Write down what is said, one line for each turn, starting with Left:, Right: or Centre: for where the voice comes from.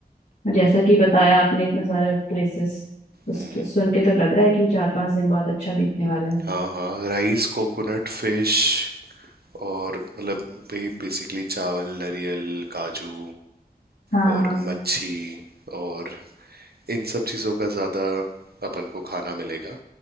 Left: जैसा कि बताया आपने इतने सारे प्लेसेस उस
Right: हम्म,
Left: सुन के तो लग रहा है कि चार पांच दिन बहुत अच्छा बीतने वाला है
Right: हाँ हाँ राइस कोकोनट फिश और मतलब वही बेसिकली चावल नरियल काजू
Left: हाँ
Right: और
Left: हाँ
Right: मच्छी और इन सब चीज़ों का ज़्यादा अपन को खाना मिलेगा